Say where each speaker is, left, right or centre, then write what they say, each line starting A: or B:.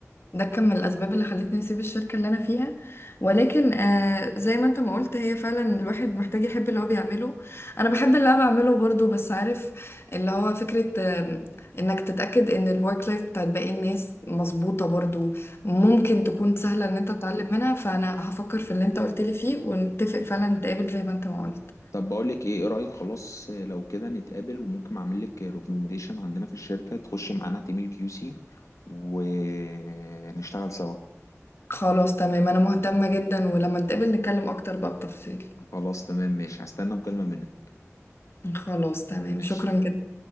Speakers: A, on the left; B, on the left.
A: ده كان من الأسباب اللي خلتني أسيب الشركة اللي أنا فيها ولكن آه زي ما أنت ما قلت هي فعلا الواحد محتاج يحب اللي هو بيعمله أنا بحب اللي أنا بعمله برضو بس عارف اللي هو فكرة آه إنك تتأكد إن الورك لايف بتاعت باقي الناس مظبوطة برضو ممكن تكون سهلة إن أنت تتعلم منها فأنا هفكر في اللي أنت قلت لي فيه ونتفق فعلا نتقابل زي ما أنت ما قلت
B: طب بقول لك ايه ايه رايك خلاص لو كده نتقابل وممكن اعمل لك ريكومنديشن عندنا في الشركه تخش معانا تيم الكيو سي ونشتغل سوا
A: خلاص تمام أنا مهتمة جدا ولما نتقابل نتكلم أكتر بقى بتفصيل
B: خلاص تمام ماشي هستنى مكالمه منك
A: خلاص تمام
B: ماشي
A: شكرا جدا